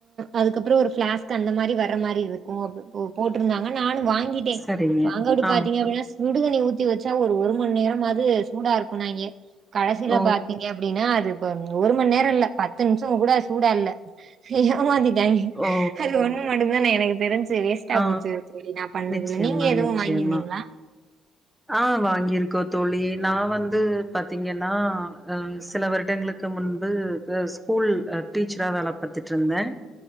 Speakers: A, on the right; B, in the centre.
A: அதுக்கப்றோ ஒரு பிளாஸ்க்கு அந்த மாரி வர்ற மாரி இருக்கு அபு போ போட்ருந்தாங்க நானு வாங்கிட் டே
B: செரிங்க
A: வாங்க விடுப்
B: ஆ
A: பாத்தீங்க அப்டினாச் சுடுதணி ஊத்தி வெச்சா ஒரு ஒரு மண் நேரமாது சூடா இருக்குனாய்ங்க கடசிலப்
B: ஓ
A: பாத்தீங்க அப்டினா அதுப ஒரு மண் நேரோ இல்ல பத்து நிம்ஷங் கூட சூடா இல்ல ஏமாத்திட்டாய்ங்க
B: ஓ
A: அது ஒன்னு மட்டும்தா நா எனக்கு தெரிஞ்சு சு வேஸ்ட்டா
B: ஆ
A: போச்சு தோழி நாப் பண்ணதுல
B: நிச்சயமா
A: நீங்க எதுவு
B: நிச்சயமா
A: வாங்கிந்தீங்ளா
B: ஆ வாங்கியிருக்கோத் தோழி நா வந்து பாத்தீங்கின்னா அ சில வருடங்ளுக் க்கு முன்பு அ ஸ்கூல் அ டீச்சரா வேல பாத்துட்ருந்த